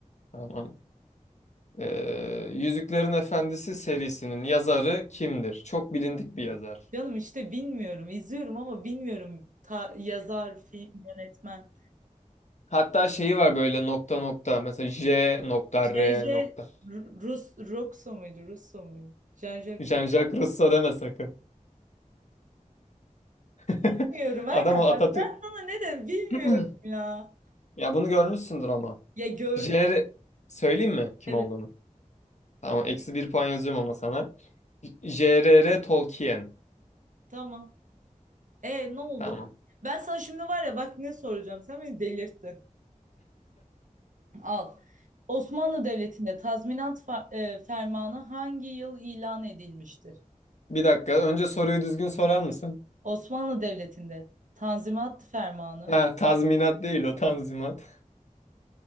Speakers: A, on the left; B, on the right.
A: Tamam. Ee, Yüzüklerin Efendisi serisinin yazarı kimdir? Çok
B: Bilmiyorum.
A: bilindik bir yazar.
B: Canım işte bilmiyorum. İzliyorum ama bilmiyorum. Ta- yazar, film, yönetmen.
A: Hatta şeyi var böyle nokta nokta. Mesela J nokta
B: J.J.
A: R nokta.
B: Rus Roxo muydu? Russo muydu? Jean-Jacques
A: Jean-Jacques Rousseau deme sakın. <laughs>
B: Bilmiyorum Erdem.
A: Adam o Atatürk.
B: Bak ben sana ne dedim bilmiyorum
A: <clears throat>
B: ya.
A: Ya bunu görmüşsündür ama.
B: Ya gördüm.
A: J R söyleyeyim mi kim
B: Evet
A: olduğunu? Tamam eksi bir puan yazıyorum ama sana. J.R.R. Tolkien.
B: tamam. E ne oldu?
A: Tamam.
B: Ben sana şimdi var ya bak ne soracağım. Sen beni delirttin. Al. Osmanlı Devleti'nde tazminat fa- e, fermanı hangi yıl ilan edilmiştir?
A: Bir dakika önce soruyu düzgün sorar mısın?
B: Osmanlı Devleti'nde Tanzimat Fermanı.
A: Ha, tazminat değil o tanzimat.